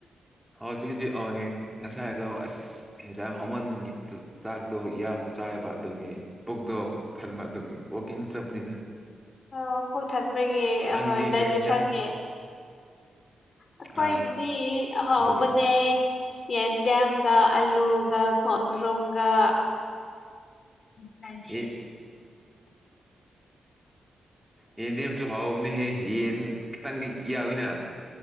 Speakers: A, in the centre; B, on the left.
A: ꯍꯧꯖꯤꯛꯖꯤꯛ ꯑꯣꯏꯅꯦ ꯉꯁꯥꯏꯗꯣ ꯑꯁ ꯌꯦꯟꯖꯥꯡ ꯍꯧꯃꯟꯕꯒꯤ ꯆꯥꯛꯗꯣ ꯌꯥꯝ ꯆꯥꯏꯕ ꯑꯗꯨꯒꯤ ꯄꯨꯛꯗꯣꯛ ꯊꯟꯕ ꯑꯗꯨꯒꯤ ꯀꯋꯣꯀꯤꯡ ꯆꯞꯄꯅꯤꯅ
B: ꯑꯣ ꯄꯨꯣꯛ ꯊꯟꯕꯒꯤ
A: ꯅꯪꯗꯤ
B: ꯑꯍꯣꯏ ꯗꯥꯏꯖꯦꯁꯟꯒꯤ
A: ꯀꯩ ꯌꯦꯟꯖꯥꯡ
B: ꯑꯩꯈꯣꯏꯗꯤ
A: ꯑ
B: ꯑꯍꯥꯎꯕꯅꯦ
A: ꯑꯗꯨꯒꯤ
B: ꯌꯦꯟꯗꯤꯦꯝ ꯑꯜꯂꯨꯒ ꯈꯨꯗ꯭ꯔꯒ ꯀ
A: ꯑꯦ ꯌꯦꯟꯗꯤ ꯌꯥꯝꯁꯨ ꯍꯥꯎꯕꯅꯤꯍꯦ ꯌꯦꯟ ꯈꯤꯇꯪꯗꯤ ꯌꯥꯋꯤꯅ